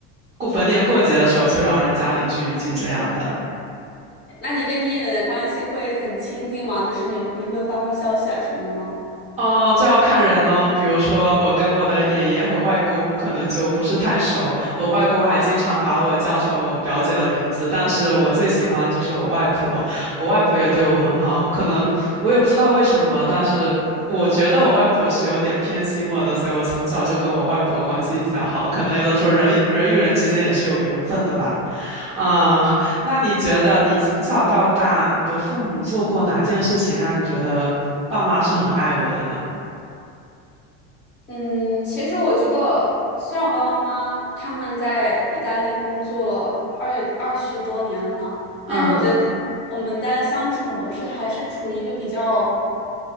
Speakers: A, on the right; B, on the left.
A: 过逢年过节的时候去老人家里聚一聚这样的。
B: 那你跟你爷爷奶奶关系会很亲近吗？就是你们平时会发发消息啊什么的吗？
A: 哦，这要看人哦。比如说，我跟我的爷爷和外公可能就不是太熟。我外公还经常把我叫成我表姐的名字，但是我最喜欢的就是我外婆。我外婆也对我很好，可能我也不知道为什么，但是我觉得我外婆是有点偏心我的，所以我从小就跟我外婆关系比较好。可能有的时候人人与人之间也是有缘分的吧。啊、那你觉得你从小到大，你的父母做过哪件事情让你觉得爸妈是很爱我的呢？
B: 嗯，其实我觉得，虽然我爸爸妈妈他们在意大利工作了二二十多年了，
A: 嗯，
B: 但是我觉得他们我们家的相处模式还是处于一个比较